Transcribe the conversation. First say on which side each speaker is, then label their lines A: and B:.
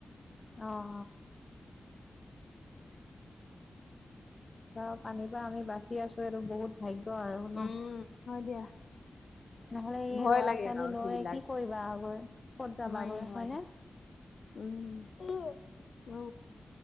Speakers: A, on the left; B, on the left.
A: অ অ বাও পানীৰ পৰা আমি বাচি আছো এইটো বহুত ভাগ্য আৰু
B: উম,
A: ন
B: <unintelligible>
A: নহ'লে এই
B: ভয়
A: ল'ৰা
B: লাগে
A: ছোৱালী
B: আৰু
A: লৈ
B: সেইবিলাক,
A: কি কৰিবা আও গৈ ক'ত যাবাগৈ
B: নোৱাৰি নোৱাৰি।
A: হয়নে।
B: উম উ উ